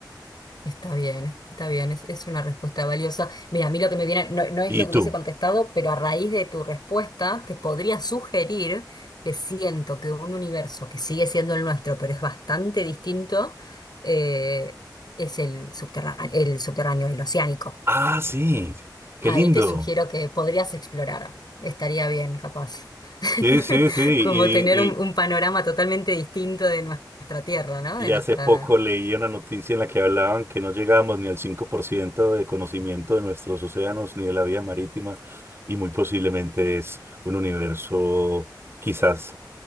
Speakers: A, on the left; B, on the right.
A: Está bien, está bien, es, es una respuesta valiosa. Mira, a mí lo que me viene, no, no es
B: ¿Y
A: lo que
B: tú?
A: hubiese contestado, pero a raíz de tu respuesta te podría sugerir que siento que un universo que sigue siendo el nuestro, pero es bastante distinto, eh, es el subterráneo, el subterráneo, el oceánico.
B: Ah, sí, qué
A: Ahí
B: lindo.
A: te sugiero que podrías explorar. Estaría bien, capaz. <laughs>
B: Sí, sí, sí. Y,
A: como tener un,
B: y,
A: un panorama totalmente distinto de nuestra tierra, ¿no?
B: y
A: De nuestra,
B: hace poco leí una noticia en la que hablaban que no llegábamos ni al 5% de conocimiento de nuestros océanos ni de la vida marítima y muy posiblemente es un universo quizás.